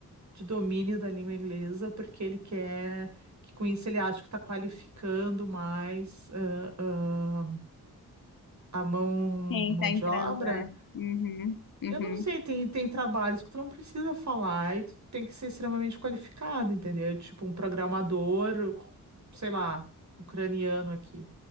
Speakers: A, on the right (about 45°); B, on the left (about 60°).
A: de domínio da língua inglesa, porque ele quer que com isso ele acha que está qualificando mais ah, ah, a mão,
B: Quem
A: mão
B: tá
A: de
B: entrando,
A: obra.
B: é. Uhum, uhum.
A: Eu não sei, tem, tem trabalhos que tu não precisa falar e tu tem que ser extremamente qualificado, entendeu? Tipo um programador, sei lá, ucraniano aqui,